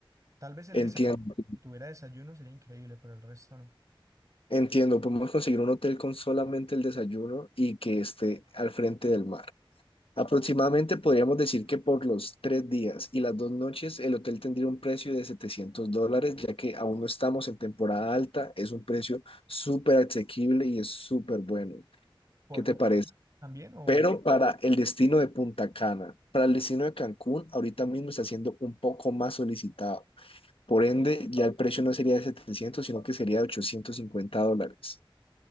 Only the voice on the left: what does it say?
Entiendo
Entiendo, podemos conseguir un hotel con solamente el desayuno y que esté al frente del mar. Aproximadamente podríamos decir que por los tres días y las dos noches el hotel tendría un precio de 700 dólares, ya que aún no estamos en temporada alta, es un precio súper asequible y es súper bueno.
¿Qué te
parece?
Pero para el destino de Punta Cana, para el destino de Cancún, ahorita mismo está siendo un poco más solicitado. Por ende, ya el precio no sería de 700, sino que sería de 850 dólares.